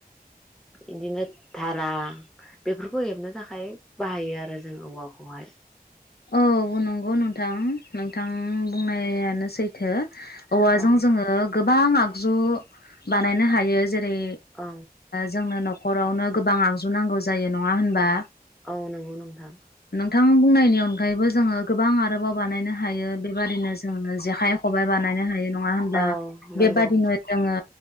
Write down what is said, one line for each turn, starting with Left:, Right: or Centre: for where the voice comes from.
Centre: इदिनो धारा‌ बेफोरखौ हेबनो थाखाय बाहायो आरो जों औवाखौहाय।
Left: औ नंगौ नोंथां। नोंथां बुंनायानोसै सैथो औवाजों
Centre: औ
Left: जोङो गोबां आगजु बानायनो हायो। जेरै
Centre: औ
Left: जोंनो नखरावनो गोबां आगजु नांगौ जायो नङा होनबा?
Centre: औ नंगौ नोंथां
Left: थां बुंनायनि अनगा गायैबो जोङो गोबां आरोबाव बानायनो हायो बेबादिनो जोङो जेखाइ खबाइ बानायनो हायो। नङा होनब्ला
Centre: औ नंगौ
Left: बेबादिनो जोङो